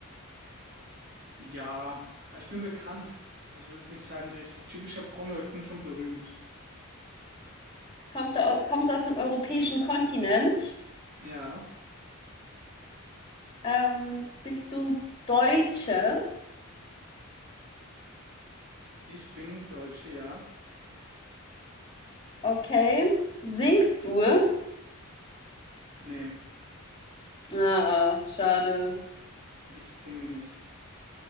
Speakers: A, on the right; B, on the left.
A: Ja, ich bin bekannt. Also ich würde jetzt nicht sagen, richtig typischer Promi, aber ich bin schon berühmt.
B: Kommt du aus, kommst du aus dem europäischen Kontinent?
A: Ja,
B: Ähm, bist du Deutsche?
A: ich bin Deutsche, ja.
B: Okay. Singst du?
A: Nee,
B: Ah, schade.
A: ich singe nicht.